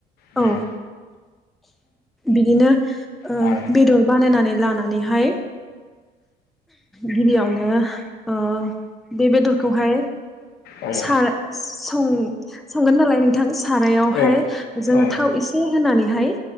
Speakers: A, on the left (about 70°); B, in the centre.
A: उम
B: औ बिदिनो ओ
A: औ
B: बेदर बानायनानै लानानै हाय गिबियावनो ओ बे बेदरखौ हाय
A: औ
B: सार सं संगोन नालाय नोंथां सारायाव
A: औ
B: हाय जोङो
A: औ
B: थाव एसे होनानै हाय